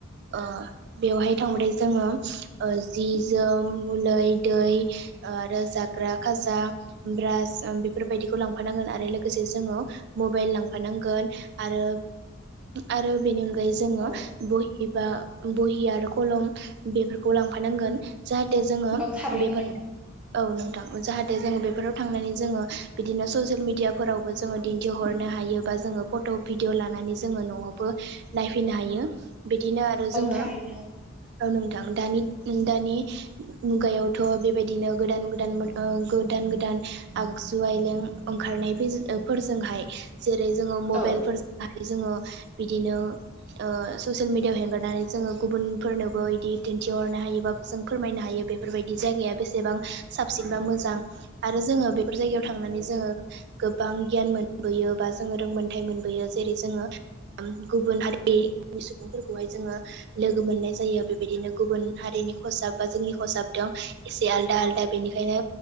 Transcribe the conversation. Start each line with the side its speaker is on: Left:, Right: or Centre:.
Right: ओ बेवहाय थांबाथाय जोङो ओ जि जोम मुलै दै ओ आरो जाग्रा खाजा ब्रास बेफोरबायदिखौ लां लांफानांगोन आरो लोगोसे जोङो मबाइल लांफानांगोन आरो आरो बिनि अ <unintelligible> जोङो
Centre: औ
Right: बहि एबा बहि आरो कलम बेफोरखौ लांफानांगोन। जाहाथे जोङो
Centre: औ थारैनो
Right: बेफोर
Centre: नोंथां
Right: औ नोंथां जाहाथे जोङो बेफोराव थांनानै जोङो बिदिनो ससियेल मिडियाफोरावबो जोङो दिन्थिहरनो हायो बा जोङो फट' भिडिअ लानानै जोङो न'आवबो नायफैनो हायो बिदिनो आरो
Centre: औ
Right: जोङो
Centre: थारैनो
Right: ओं नोंथां दानि दानि मुगायावथ' बेबायदिनो गोदान गोदान ओ गोदान गोदान आगजु आइलें ओंखारनाय <unintelligible> फोरजोंहाय जेरै जोङो मबाइलफोर
Centre: औ
Right: जोङो बिदिनो ओ ससियेल मिडियाव हेंगारनानै जोङो गुबुनफोरनोबो इदि दिन्थिहरनो हायोबा जों फोरमायनो हायो बेफोरबायदि जायगाया बेसेबां साबसिन बा मोजां आरो जोङो बेफोर जायगायाव थांनानै जोङो गोबां गियान मोनबोयो बा जोङो रोंमोनथायाइ मोनबोयो जेरै जोङो गुबुन हारि नि सुबुंफोरखौहाय जोङो लोगो मोननाय जायो बेबायदिनो गुबुन हारिनि खसाब बा जोंनि खसाब दं एसे आलदा आलदा बेनिखायनो